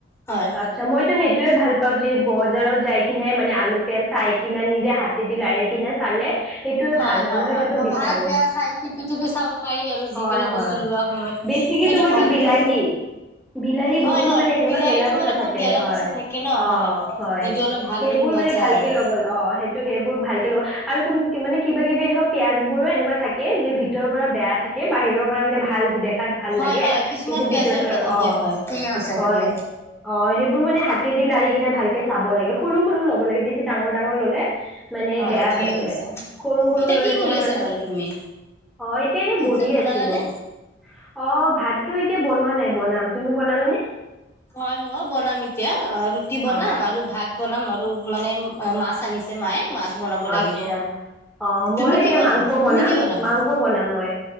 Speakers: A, on the left (about 15°); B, in the centre.
A: হয়
B: আচ্ছা মইতো সেইটোয়ে ভাল পাওঁ যে এই বজাৰত যাই কিনে মানে আলু পিয়াঁজ চাই কিনে নিজে হাত হাতে দি লাৰি কিনে চালে। সেইটোয়ে
A: হয়
B: ভাল
A: হয়
B: মই সেইটোতো
A: হয়,
B: বিচাৰো
A: ভাল বেয়া চাই টিপি টিপি চাব পাৰি আৰু
B: হয়
A: যিকোনো
B: হয়
A: বস্তু লোৱা সময়ত।
B: বেছিকে
A: সেইটো
B: তোমাৰটো
A: ভাল
B: বিলাহী,
A: লাগে
B: বিলাহী
A: হয়
B: বহুত
A: হয়
B: মানে এনেকুৱা
A: বিলাহীটো
B: গেলা গেলা পছা
A: মানে বহুত
B: থাকে
A: গেলা
B: হয়,
A: পচা থাকে ন
B: অঁ
A: হয়
B: হয়
A: সেইটো অলপ ভালদৰে
B: সেইবোৰ
A: লোৱা
B: মানে
A: যায়
B: ভালকে
A: আৰু
B: লব। অঁ, সেইটো সেইবোৰ ভালকে লব, আৰু কোন মানে কিবা কিবি এনেকুৱা পিয়াজ বোৰো এনেকুৱা থা কে ভিতৰৰ পৰা বেয়া থাকে, বাহিৰৰ পৰা মানে ভাল দেখাত ভাল
A: হয়
B: লাগে,
A: হয় কিছুমান
B: কিন্তু
A: পিয়াজো
B: ভিতৰৰ
A: এনেকুৱা
B: পৰা বেয়া
A: থাকে
B: অঁ
A: হয় ঠিকে কৈছা
B: হয়।
A: তুমি
B: অঁ সেইবোৰ মানে হাতেদি লাৰি কিনে ভালকে চাব লাগে সৰু সৰু লব লাগে বেছি ডাঙৰ ডাঙৰ ললে, মানে
A: হয়
B: বেয়া
A: ঠিকে
B: থাকে,
A: কৈছা
B: সৰু সৰু
A: এতিয়া
B: ললে
A: কি কৰি
B: তোমাৰ
A: আছা
B: মানে
A: বাৰু তুমি
B: অঁ এতিয়া এনেই
A: ভাত
B: বহি
A: চাত বনালানে
B: আছিলো। অঁ, ভাতটো এতিয়া বনোৱা নাই বনাম। তুমি বনালা নে?
A: হয় মই বনাম এতিয়া, অঁ ৰুটি বনাম
B: অ
A: আৰু ভাত বনাম আৰু মানে মা ছ আনিছে মায়ে মাছ বনাব
B: আচ্ছা
A: লাগিব।
B: অ মই
A: তুমি
B: এতিয়া
A: কি বনাই
B: মাংস বনাম,
A: তুমি কি বনাবা
B: মাংস বনাম মই।